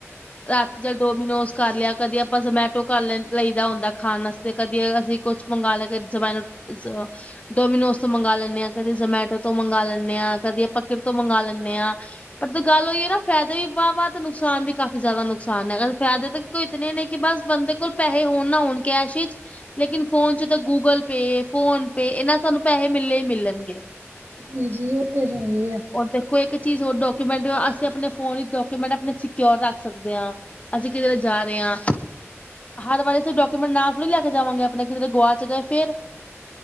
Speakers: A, on the left; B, on the right.
A: ਰਾਤੀ ਚਲ ਡੋਮੀਨੋਜ ਕਰ ਲਿਆ। ਕਦੀ ਆਪਾਂ ਜਮੈਟੋ ਕਰ ਲੈ ਲਈਦਾ ਹੁੰਦਾ ਖਾਣ ਆਸਤੇ ਕਦੀ ਅਸੀਂ ਕੁਛ ਮੰਗ ਲਿਆ। <unintelligible> ਡੋਮੀਨੋਜ਼ ਤੋਂ ਮੰਗਵਾ ਲੈਣੇ ਹਾਂ, ਕਦੇ ਜਮੈਟੋ ਤੋਂ ਮੰਗਵਾ ਲੈਣੇ ਆ, ਕਦੇ ਕਦੀ ਆਪਾ ਕਿਧਰੇ ਤੋਂ ਮੰਗਵਾ ਲੈਣੇ ਆ। ਪਰ ਗੱਲ ਹੋਈਏ ਨਾ ਫਾਇਦੇ ਵੀ ਵਾਹ- ਵਾਹ ਤੇ ਨੁਕਸਾਨ ਵੀ ਕਾਫ਼ੀ ਜ਼ਿਆਦਾ ਨੁਕਸਾਨ ਹੈ। ਅਗ ਫਾਇਦੇ ਦਾ ਤੇ ਇਤਨ ਨੇ ਕਿ ਬਸ ਬੰਦੇ ਕੋਲ ਪੈਸੇ ਹੋਣ ਨਾ ਹੋਣ ਕੈਸ਼ ਹੀ। ਲੇਕਿਨ ਫੋਨ ਚ' ਤਾਂ ਗੂਗਲ ਪੇ ਫੋਨ, ਪੇ ਇਹਨਾਂ ਸਾਨੂੰ ਪੈਸੇ ਮਿਲੇ ਹੀ ਮਿਲਣਗੇ।
B: ਜੀ -ਜੀ ਉਹ ਤੇ ਹੈ ਹੀ ਹੈ।
A: ਉਹ ਦੇਖੋ ਇੱਕ ਚੀਜ਼ ਹੋਰ ਡਾਕੂਮੈਂਟ ਅਸੀਂ ਆਪਣੇ ਫੋਨ ਡਾਕੂਮੈਂਟ ਆਪਣੇ ਸਕਿਕਿਓਰ ਰੱਖ ਸਕਦੇ ਹਾਂ। ਅਸੀਂ ਕਿਧਰੇ ਵ ਜਾ ਰਹੇ ਹਾਂ। ਹਰ ਵਾਰੀ ਅਸੀਂ ਡਾਕੂਮੈਂਟ ਨਾ ਥੋੜੀ ਲੈ ਕੇ ਜਾਵਾਂਗੇ। ਆਪਣੇ ਕਿਧਰੇ ਗਵਾਚ ਗਏ ਫੇਰ।